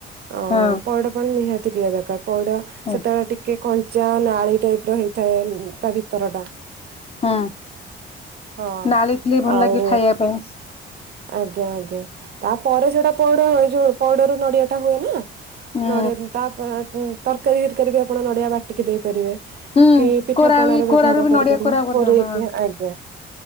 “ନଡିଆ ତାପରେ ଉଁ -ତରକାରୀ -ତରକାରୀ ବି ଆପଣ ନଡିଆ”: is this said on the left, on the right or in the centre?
Right